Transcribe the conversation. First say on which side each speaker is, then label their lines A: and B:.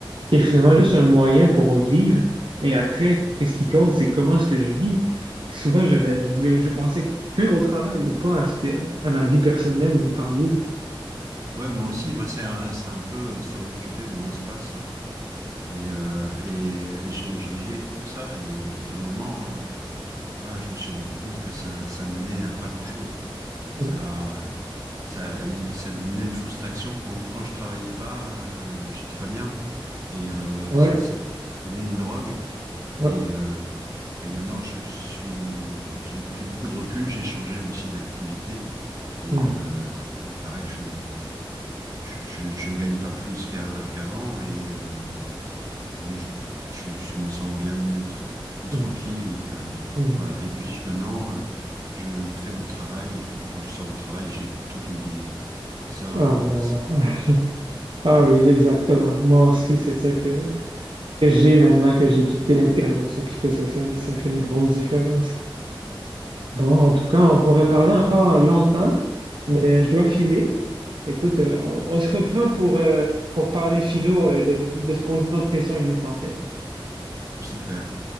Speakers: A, on the right; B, on the right.
A: C'est finalement juste un moyen pour vivre. Et après, qu'est-ce qui compte, c'est comment est-ce que je vis. Souvent, je vais- je voulais, je pensais que au travail, et pas à ce que, à ma vie personnelle, mon temps libre.
B: Ouais, moi aussi, moi, c'est un, c'est un peu, ça a occupé mon espace euh, et, euh, et, et je, je vivais que pour ça. Et, et à un moment, euh, voilà, je me suis rendu compte que ça, ça menait à pas grand-chose. Ça,
A: Mm.
B: ça, et ça me menait à une frustration quand, quand je travaillais pas, euh, j'étais pas bien. Et euh,
A: Ouais,
B: c'est, c'est, ça devenait une drogue.
A: ouais.
B: Et, euh, et maintenant, je suis, euh, j'ai pris beaucoup de recul, j'ai changé aussi d'activité. Et,
A: Mm,
B: euh, et pareil, je, je, je je gagne pas plus qu'a- qu'avant. Et, euh, mais je, je- je me sens bien mieux, tran- plus tranquille
A: mm,
B: et euh,
A: mm.
B: voilà. Et puis je- maintenant, euh, je fais mon travail et puis quand je sors du travail, j'ai tout oublié. Et ça,
A: Ah,
B: euh,
A: ouais,
B: ça
A: ouais.
B: n'a
A: <laughs>
B: pas de prix.
A: Ah oui, exactement. Moi aussi, c'est ça que, que j'ai maintenant que j'ai quitté l'intervention psychosociale et ça fait une grosse différence. Bon, en tout cas, on pourrait parler encore longtemps, mais je dois filer. Écoute, euh, on, on se reprend pour, euh, pour parler philo et de, de se poser d'autres questions existentielles.
B: Super.